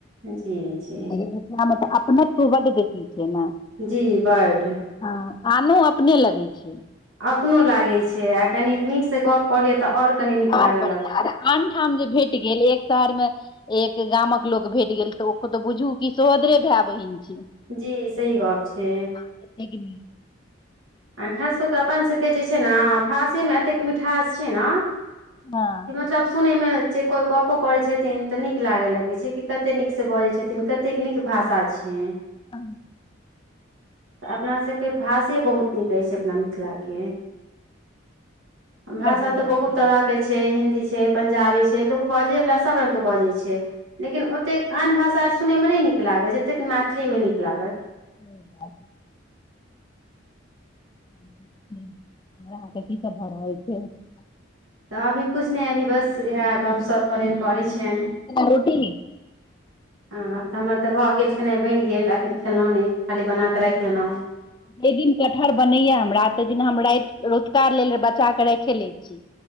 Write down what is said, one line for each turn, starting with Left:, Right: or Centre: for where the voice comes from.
Right: जी जी।
Left: लेकिन मे तऽ अपनत्व बड बेसि छै ना।
Right: जी बड
Left: हँ आनो अपने लगै छै।
Right: अपनो लागै छै आ कनी नीक से गप क लिय त आओर। कनि नीक
Left: आर
Right: लागऽ
Left: बढ़िआँ
Right: लगत
Left: आन ठाम जे भेट गेल एक शहरमे। एक गामक लोक भेट गेल त ओत बुझू कि सोहोदरे भाय बहिन छै।
Right: जी सही गप छै।
Left: <unintelligible>
Right: आ खास कऽ कऽ अपनसभके जे छै ने भासेमे एतेक मिठास छै ने।
Left: हँ
Right: सब सुनैमे जे कोइ गपो करै छथिन तऽ नीक लाग लगै छै कि कते नीकसँ बजै छथिन कत। कतेक नीक भाषा छय।
Left: आ
Right: अपना सब के भाषे बहुत नीक अछि अपना मिथिला के। के भाषा
Left: बड़ बोली
Right: त
Left: जे
Right: बहुत
Left: कहै
Right: तरह के छै। छै हिन्दी छै पंजाबी छै लोक बजै वला सब रंग के बजै छै। लेकिन ओतेक आन भाषा सुनय मे नहि नीक लागत जतेक मैथिलीमे नीक लागत।
Left: <inaudible> <unintelligible> सब भ रहल छै।
Right: त अभी कुछ नय अभी बस इहे गप सप कहलियनि करैछियनि।
Left: रोटी
Right: हँ तऽ हमर तऽ भऽ गेल खेनाइ बनि गेल एखन खेलहुँ नहि खाली बना कऽ राखि लेलउ।
Left: जै दिन कटहर बनैया हमरा तहि दिन हम राति रतुका लेल बचा कऽ राखे लै छी।